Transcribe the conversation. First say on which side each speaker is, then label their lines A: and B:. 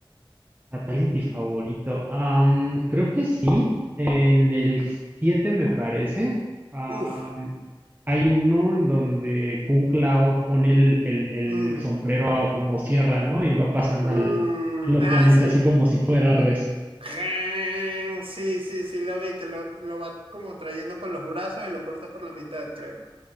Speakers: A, on the right; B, on the right.
A: Fatality favorito. am, creo que sí, en el 7 me parece. am,
B: Uf.
A: hay uno en donde Kung Lao pone el, el- el
B: mm,
A: sombrero a como sierra, ¿no? Y va pasando
B: mm,
A: al, al oponente
B: ah, sí.
A: así como si fuera res.
B: Ren, Sí, sí, sí, lo vi, que lo, lo va como trayendo con los brazos y lo corta por la mitad, creo.